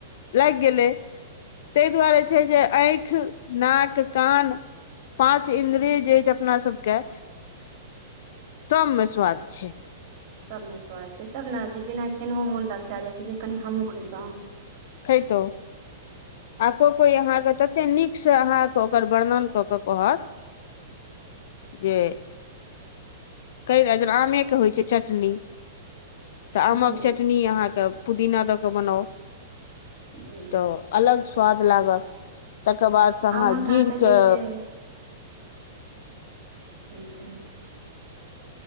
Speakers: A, on the left; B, on the right.
A: लागि गेलै ताहि दुआरे छै जे आँखि नाक कान पाँच इन्द्रिय जे छै अपना सबके सभ मे स्वाद छै
B: सबमे स्वाद छै तब ने जे बिना खेनहो मोन लग जाइ छै कनी हमहहुँ खैतहुँ
A: खेतौ आ कोइ कोइ अहाँके तते नीकसँ अहाँके ओकर वर्णन कऽ के कहत जे कए जेना आमेके होइ छै चटनी तऽ आमक
B: जी
A: चटनी अहाँके पुदीना दऽ के बनाउ
B: जी
A: तऽ अलग स्वाद लागत तकर बादसँ अहाँ
B: आमक
A: जीरके
B: अहाँके जे छै हू